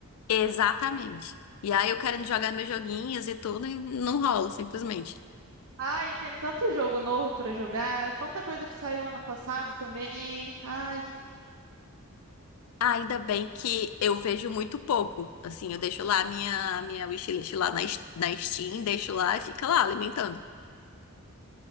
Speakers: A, on the left; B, on the right.
A: Exatamente. E aí eu querendo jogar meus joguinhos e tudo, e não rola, simplesmente.
B: Ai, tem tanto jogo novo pra jogar, tanta coisa que saiu ano passado também. Ai,
A: Ainda bem que eu vejo muito pouco. Assim, eu deixo lá a minha, a minha wishlist lá na, S- na Steam, deixo lá e fica lá alimentando.